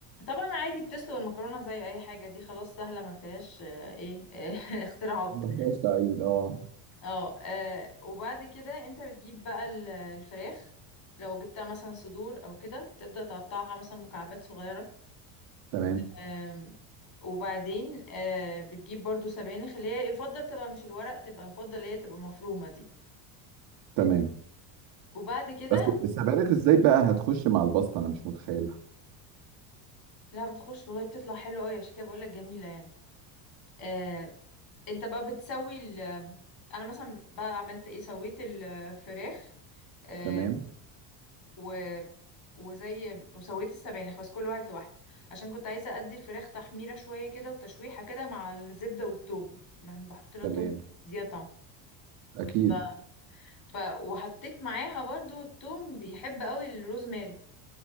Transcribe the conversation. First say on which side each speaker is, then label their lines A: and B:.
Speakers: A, on the left (about 45°); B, on the right (about 80°).
A: طبعا عادي بتسلق المكرونه زي اي حاجه دي خلاص سهله ما فيهاش آه، ايه <laughs> آه، اختراعات
B: ما فيهاش تعقيد اه
A: اه آه، وبعد كده انت بتجيب بقى ال- الفراخ لو جبتها مثلا صدور او كده تبدا تقطعها مثلا مكعبات صغيره
B: تمام
A: آم، وبعدين آه، بتجيب برضو سبانخ اللي هي يفضل تبقى مش الورق تبقى يفضل اللي هي تبقى مفرومه دي
B: تمام
A: وبعد كده
B: بس السبانخ ازاي بقى هتخش مع الباستا انا مش متخيلها
A: لا بتخش والله بتطلع حلو قوي عشان كده بقول لك جميله يعني آه انت بقى بتسوي ال انا مثلا بقى عملت ايه سويت الفراخ آه
B: تمام
A: و وزي وسويت السبانخ بس كل واحد لوحده عشان كنت عايزه ادي الفراخ تحميره شويه كده وتشويحه كده مع الزبده والثوم يعني بحط لها
B: تمام
A: ثوم دي طعم
B: اكيد
A: ف... ف... وحطيت معاها برضو الثوم بيحب قوي الروزماري